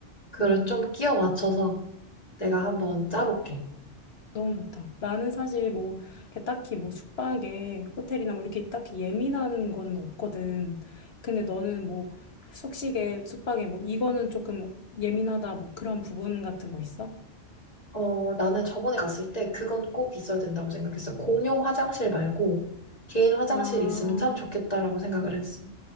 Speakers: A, on the left; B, on the left.
A: 그걸
B: 음.
A: 좀 끼워 맞춰서 내가 한번 짜볼게.
B: 너무 좋다. 나는 사실 뭐, 이렇게 딱히 뭐 숙박에 호텔이나 뭐 이렇게 딱히 예민한 건 없거든. 근데 너는 뭐 숙식에, 숙박에 뭐 이거는 조금 예민하다 뭐 그런 부분 같은 거 있어?
A: 어, 나는 저번에 갔을 때 그건 꼭 있어야 된다고 생각했어. 공용 화장실 말고 개인 화장실이
B: 아,
A: 있으면 참 좋겠다라고 생각을 했어.